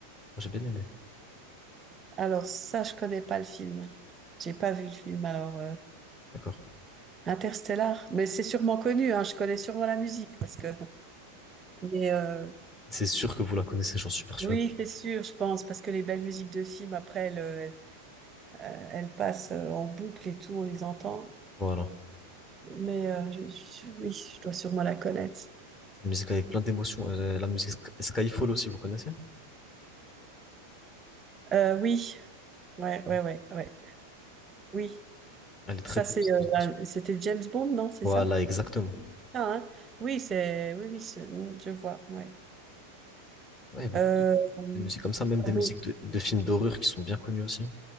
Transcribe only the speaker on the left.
J'ai bien aimé.
D'accord.
C'est sûr que vous la connaissez, j'en suis persuadé.
Voilà.
C'est une musique avec plein d'émotions. Euh, La musique Sk- Skyfall aussi, vous connaissez?
Ouais.
Elle est très
connue.
cette
musique.
Voilà,
exactement.
Ouais, il y a beaucoup
de, de musiques comme ça, même
des musiques
de, de films d'horreur qui sont bien connues aussi.